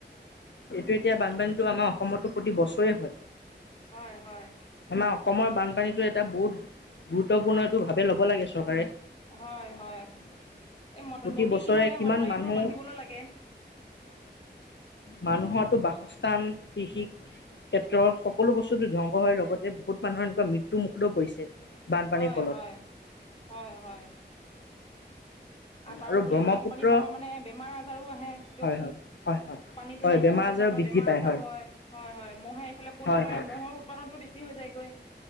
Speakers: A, on the left (about 80°); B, on the left (about 35°).
A: এইটো এতিয়া বানপানীটো আমাৰ অসমতো প্ৰতি বছৰেই হয়।
B: হয় হয়
A: আমাৰ অসমৰ বানপানীটো এটা বহুত গুৰুত্বপূৰ্ণ টো ভাবে ল'ব লাগে চৰকাৰে।
B: হয় হয় এই মত
A: প্ৰতি
B: নদী
A: বছৰে
B: কিনাৰে
A: কিমান
B: মাথাউবোৰ
A: মানুহ
B: বান্ধিবলৈ লাগে
A: মানুহৰতো বাসস্থান কৃষি ক্ষেত্ৰত সকলো বস্তুটো ধ্বংস হয় লগতে বহুত মানুহৰ এনেকুৱা মৃত্যু মুখতো পৰিছে। বানপানীৰ
B: হয়
A: ফলত
B: - হয় - হয়। আৰু তাৰপৰি
A: আৰু ব্ৰহ্মপুত্ৰ
B: বানপানীৰ সময়ত মানে বেমাৰ আজাৰো আহে দিয়কচোন
A: হয় হয় হয় হয়
B: পানীটো
A: হয়
B: নাইকিয়া
A: বেমাৰ
B: হৈ যাব
A: আজাৰ
B: মান
A: বৃদ্ধি
B: বেমাৰ
A: পায়
B: আজাৰ হয়, হয়-হয় মহে এইফালে কণী
A: হয়
B: পাৰে,
A: হয়
B: মহৰ উৎপাদনতটো বেছি হৈ যায়গৈ।